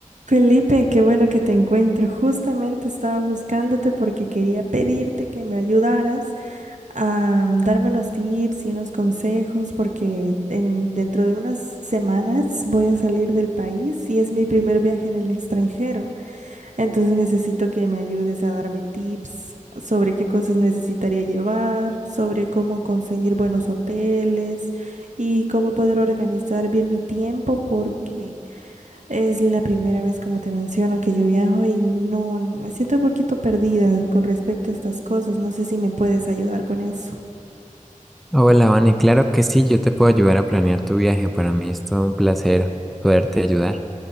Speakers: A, on the right; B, in the centre.
A: Felipe, qué bueno que te encuentro. Justamente estaba buscándote porque quería pedirte que me ayudaras a mm, darme unos tips y unos consejos porque en, dentro de unas semanas voy a salir del país y es mi primer viaje en el extranjero. Entonces necesito que me ayudes a darme tips sobre qué cosas necesitaría llevar, sobre cómo conseguir buenos hoteles y cómo poder organizar bien mi tiempo porque... Es la primera vez, como te menciono, que yo viajo y no, me siento un poquito perdida con respecto a estas cosas. No sé si me puedes ayudar con eso.
B: Hola, Vane, claro que sí, yo te puedo ayudar a planear tu viaje. Para mí es todo un placer poderte ayudar.